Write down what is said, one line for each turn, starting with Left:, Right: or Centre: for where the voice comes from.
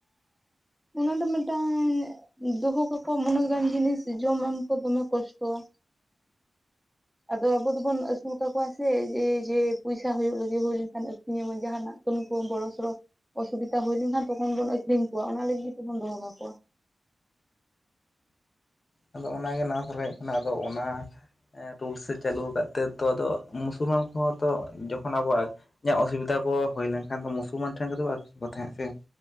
Centre: ᱚᱱᱟ ᱫᱚ ᱢᱤᱫᱴᱟᱝ ᱫᱚᱦᱚ ᱠᱟᱠᱚ ᱩᱱᱟᱹᱜ ᱜᱟᱱ ᱡᱤᱱᱤᱥ ᱡᱚᱢ ᱮᱢ ᱠᱚ ᱫᱚᱢᱮ ᱠᱚᱥᱴᱚᱣᱟ᱾ ᱟᱫᱚ ᱟᱵᱚ ᱫᱚᱵᱚᱱ ᱟᱹᱥᱩᱞ ᱠᱟᱠᱚᱣᱟ ᱥᱮ ᱡᱮ ᱡᱮ ᱯᱚᱭᱥᱟ ᱦᱩᱭᱩᱜ ᱞᱟᱹᱜᱤᱫ ᱦᱩᱭ ᱞᱮᱱᱠᱷᱟᱱ ᱟᱹᱠᱷᱨᱤᱧ ᱟᱵᱚᱱ ᱡᱟᱦᱟᱸᱱᱟᱜ ᱡᱚᱱ ᱠᱚ ᱵᱚᱲᱚ ᱥᱚᱲᱚ ᱚᱥᱩᱵᱤᱛᱟ ᱦᱩᱭ ᱞᱮᱱᱠᱷᱟᱱ ᱛᱚᱠᱷᱚᱱ ᱵᱚᱱ ᱟᱹᱠᱷᱨᱤᱧ ᱠᱚᱣᱟ ᱚᱱᱟ ᱞᱟᱹᱜᱤᱫ ᱜᱮ ᱛᱮᱵᱚᱱ ᱫᱚᱦᱚ ᱠᱟᱠᱚᱣᱟ᱾
Left: ᱦᱮᱸ ᱟᱫᱚ ᱚᱱᱟᱜᱮ ᱱᱟᱣᱟᱥᱟᱨᱟᱭᱮᱡ ᱠᱟᱱᱟ ᱟᱫᱚ ᱚᱱᱟ ᱨᱩᱞᱥ ᱮ ᱪᱟᱹᱞᱩ ᱟᱠᱟᱫ ᱛᱮ ᱛᱚ ᱟᱫᱚ ᱢᱩᱥᱞᱢᱟᱱ ᱠᱚᱦᱚᱸ ᱛᱚ ᱡᱚᱠᱷᱚᱱ ᱟᱵᱚᱣᱟᱜ ᱤᱧᱟᱹᱜ ᱚᱥᱩᱵᱤᱫᱟ ᱠᱚ ᱦᱩᱭ ᱞᱮᱱᱠᱷᱟᱱ ᱫᱚ ᱢᱩᱥᱚᱞᱢᱟᱱ ᱴᱷᱮᱱ ᱠᱚᱫᱚ ᱟᱹᱠᱷᱨᱤᱧ ᱠᱚ ᱛᱟᱦᱮᱸᱫ ᱥᱮ